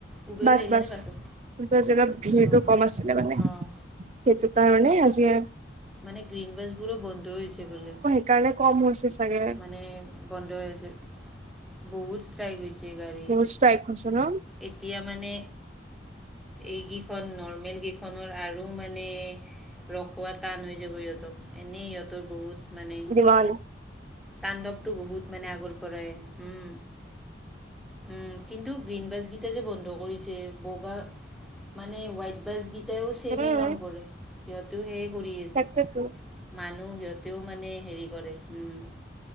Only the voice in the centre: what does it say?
উবেৰত
আহিলা
নে বাছত
অঁ
অঁ
মানে গ্ৰীণ বাছবোৰো বন্ধ হৈছে বোলে।
মানে বন্ধ হৈ আছে বহুত ষ্ট্ৰাইক হৈছে গাড়ী।
এতিয়া মানে এইগেইখন নৰ্মেল গেইখনৰ আৰু মানে ৰখোৱা টান হৈ যাব সিহঁতক এনেই সিহঁতৰ বহুত মানে
তাণ্ডৱটো বহুত মানে আগৰ পৰাই উম উম কিন্তু গ্ৰীণ বাছগেইটা যে বন্ধ কৰিছে বগা মানে হোৱাইট বাছগিট তেওঁ চেমেই
কাম কৰে সিহঁতেও সেয়ে কৰি আছে।
মানুহ সিহঁতেও মানে হেৰি কৰে উম,